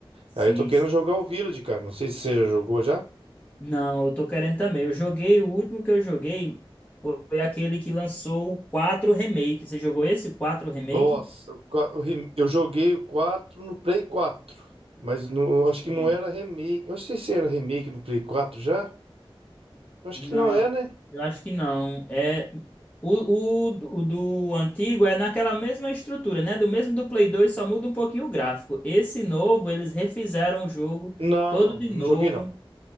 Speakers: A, on the left (about 15°); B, on the right (about 90°).
A: Sim,
B: Aí eu tô querendo
A: sim.
B: jogar o Village, cara. Não sei se você já jogou já.
A: Não, eu tô querendo também. Eu joguei, o último que eu joguei foi aquele que lançou o 4 Remake. Você jogou esse 4 Remake?
B: Nossa, o qua- o rem- eu joguei o 4 no Play quatro Mas não, acho que
A: Sim.
B: não era remake. Eu não sei se era remake no Play quatro já. Eu acho
A: Não,
B: que não é, né?
A: eu acho que não. É o, o, o do antigo é naquela mesma estrutura, né? Do mesmo do Play 2, só muda um pouquinho o gráfico. Esse novo, eles refizeram o jogo
B: Não,
A: todo
B: não.
A: de
B: Eu
A: novo,
B: não joguei, não.